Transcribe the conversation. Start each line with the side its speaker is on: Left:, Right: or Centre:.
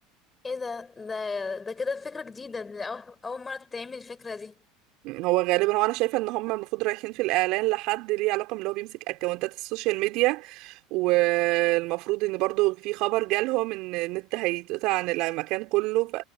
Left: ايه ده ده ده كده فكرة جديدة ده أو- اول مرة تتعمل الفكرة دي
Right: يعني هو غالبا هو انا شايفه ان هم المفروض رايحين في الاعلان لحد ليه علاقه من اللي هو بيمسك اكونتات السوشيال ميديا والمفروض ان برضو في خبر جالهم ان النت هيتقطع عن المكان كله ف...